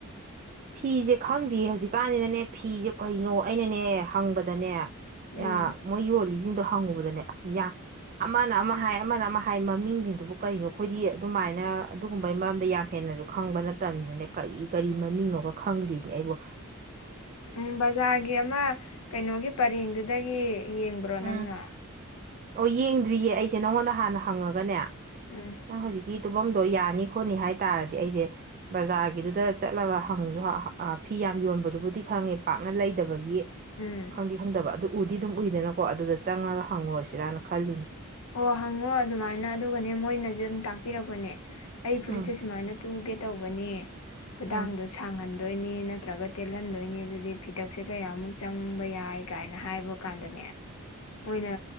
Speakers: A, on the right (about 40°); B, on the left (about 90°).
A: ꯐꯤꯁꯦ ꯈꯪꯗꯤꯌꯦ ꯍꯧꯖꯤꯛ ꯀꯥꯟꯁꯤꯅꯅꯦ ꯐꯤꯁꯦ ꯀꯩꯅꯣ ꯑꯩꯅꯅꯦ ꯍꯪꯕꯗꯅꯦ
B: ꯎꯝ
A: ꯌꯥ ꯃꯣꯏ ꯌꯣꯜꯂꯤꯁꯤꯡꯗꯣ ꯍꯪꯉꯨꯕꯗꯅꯦ ꯑꯁꯤ ꯌꯥ ꯑꯃꯅ ꯑꯃ ꯍꯥꯏ ꯑꯃꯅ ꯑꯃ ꯍꯥꯏ ꯍꯥꯏ ꯃꯃꯤꯡꯁꯤꯡꯗꯨꯕꯨ ꯀꯔꯤꯅꯣ ꯑꯩꯈꯣꯏꯗꯤ ꯑꯗꯨꯃꯥꯏꯅ ꯑꯗꯨꯒꯨꯝꯕꯩ ꯃꯔꯝꯗ ꯌꯥꯝ ꯍꯦꯟꯅꯁꯨ ꯈꯪꯕ ꯅꯠꯇꯕꯅꯤꯅꯅꯦ ꯀꯔꯤ ꯀꯔꯤ ꯃꯃꯤꯡꯅꯣꯒ ꯈꯪꯗꯦꯅꯦ ꯑꯩꯕꯣ
B: ꯎꯝ ꯕꯖꯥꯔꯒꯤ ꯑꯃ ꯀꯩꯅꯣꯒꯤ ꯄꯔꯦꯡꯗꯨꯗꯒꯤ ꯌꯦꯡꯕ꯭ꯔꯣ
A: ꯎꯝ
B: ꯅꯪꯅ
A: ꯑꯣ ꯌꯦꯡꯗ꯭ꯔꯤꯌꯦ ꯑꯩꯁꯦ ꯅꯪꯉꯣꯟꯗ ꯍꯥꯟꯅ ꯍꯪꯉꯒꯅꯦ
B: ꯎꯝ
A: ꯅꯪ ꯍꯧꯖꯤꯛꯀꯤ ꯇꯨꯕꯝꯗꯣ ꯌꯥꯅꯤ ꯈꯣꯠꯅꯤ ꯍꯥꯏ ꯇꯥꯔꯗꯤ ꯑꯩꯁꯦ ꯕꯖꯥꯔꯒꯤꯗꯨꯗ ꯆꯠꯂꯒ ꯍꯪꯁꯨ ꯑ ꯐꯤ ꯌꯥꯝ ꯌꯣꯟꯕꯗꯨꯕꯨꯗꯤ ꯈꯪꯉꯦ ꯄꯥꯛꯅ ꯂꯩꯗꯕꯒꯤ
B: ꯎꯝ
A: ꯈꯪꯗꯤ ꯈꯪꯗꯕ ꯑꯗꯨ ꯎꯗꯤ ꯑꯗꯨꯝ ꯎꯏꯗꯅꯀꯣ ꯑꯗꯨꯗ ꯆꯪꯉꯒ ꯍꯪꯉꯨꯔꯁꯤꯔꯅ ꯈꯜꯂꯤꯅꯤ
B: ꯑꯣ ꯍꯪꯉꯣ ꯑꯗꯨꯃꯥꯏꯅ ꯑꯗꯨꯒꯅꯦ ꯃꯣꯏꯅꯁꯨ ꯑꯗꯨꯝ ꯇꯥꯛꯄꯤꯔꯛꯄꯅꯦ ꯑꯩ ꯐꯨꯔꯤꯠꯁꯦ
A: ꯎꯝ
B: ꯁꯨꯃꯥꯏꯅ ꯇꯨꯒꯦ ꯇꯧꯕꯅꯦ ꯈꯨꯗꯥꯡꯗꯨ
A: ꯎꯝ
B: ꯁꯥꯡꯍꯟꯗꯣꯏꯅꯤ ꯅꯠꯇ꯭ꯔꯒ ꯇꯦꯜꯍꯟꯗꯣꯏꯅꯦ ꯑꯗꯨꯗꯤ ꯐꯤꯗꯛꯁꯦ ꯀꯌꯥꯃꯨꯛ ꯆꯪꯕ ꯌꯥꯏ ꯀꯥꯏꯅ ꯍꯥꯏꯕ ꯀꯥꯟꯗꯅꯦ
A: ꯎꯝ
B: ꯃꯣꯏꯅ